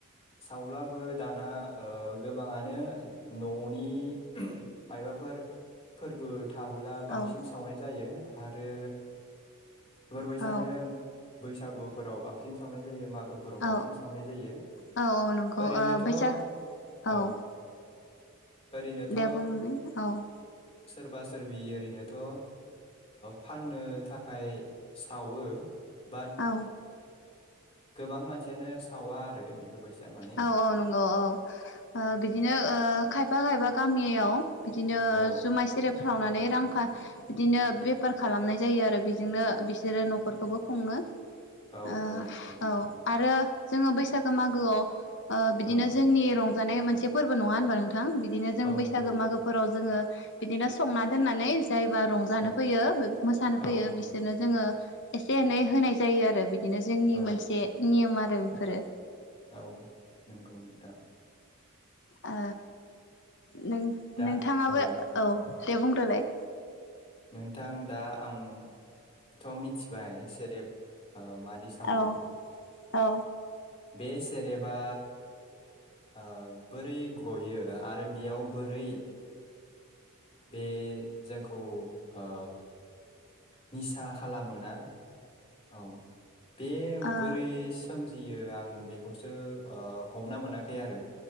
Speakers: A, on the left; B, on the left.
A: सावब्ला बो दाना ओ गोबाङानो न'नि मायबाफोर फोरबो थाबोला
B: औ
A: बांसिन सावनाय जायो। आरो बैसानो
B: औ
A: बैसागुफोराव बां सिन सावनाय जायो मा गो फोराव
B: औ
A: बांसिन सावनाय जायो
B: औ औ नंगौ
A: ओरैनोथ'
B: ओ बैसाग
A: औ
B: औ
A: ओरैनोथ'
B: दे बुंनाय औ
A: सोरबा सोरबि ओरैनोथ' ओ फाननो थाखाय सावो। बाद
B: औ
A: गोबां मानसि यानो सावा आरो। बेफोरबायसा माने
B: औ औ नंगौ औ ओ बिदिनो ओ खायफा खायफा गामि याव बिदिनो
A: औ
B: जुमाय सेरेफ सावनानै रांफा बिदिनो बेफार खालामनाय जायो आरो बेजोंनो बिसोरो न'खरखौबो खुङो।
A: औ
B: ओ
A: औ नंगौ नोंथां
B: औ आरो जोङो बैसागो मा गो आव ओ बिदिनो
A: औ
B: जोंनि रं माने मोनसे फोरबो नङा होनबा नोंथां? बिदिनो जों
A: औ
B: बैसागो
A: नंगौ
B: मागोफोराव जोङो बिदिनो संना दोननानै जायबा रंजानो
A: औ
B: फैयो मोसानो
A: औ
B: फैयो बिसोरनो जोङो एसे एनै होनाय जायो आरो बि बिदिनो जोंनि
A: औ
B: मोनसे नियम रो बिफोरो
A: औ नंगौ नोंथां
B: आ नों-नोंथाङाबो
A: दा औ
B: औ दे बुंदोलाय
A: नोंथां दा आं थ' मिथिबाय सेरेब ओ मादि सावो
B: औ औ
A: बे सेरेबा ओ बोरै गयो आरो बेयाव बोरै बे जोंखौ ओ निसा खालामोना औ बे
B: ओ
A: बोरै सोम जियो आं बेखौसो ओ हमना मोनाखै आरो